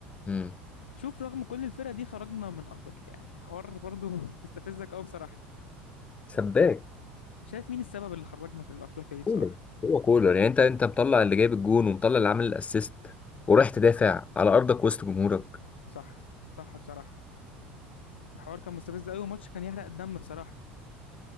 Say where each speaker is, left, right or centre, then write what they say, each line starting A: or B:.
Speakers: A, on the left; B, on the left.
A: امم
B: شوف رغم كل الفرق دي خرجنا من أفريقيا يعني حوار برضو <laughs> يستفزك أوي بصراحة
A: سباك
B: شايف مين السبب اللي خرجنا في أفريقيا دي بصراحة
A: كولر هو كولر يعني انت انت مطلع اللي جايب الجون ومطلع اللي عامل الاسيست ورايح تدافع على ارضك وسط جمهورك
B: صح صح بصراحة الحوار كان مستفز أوي وماتش كان يحرق الدم بصراحة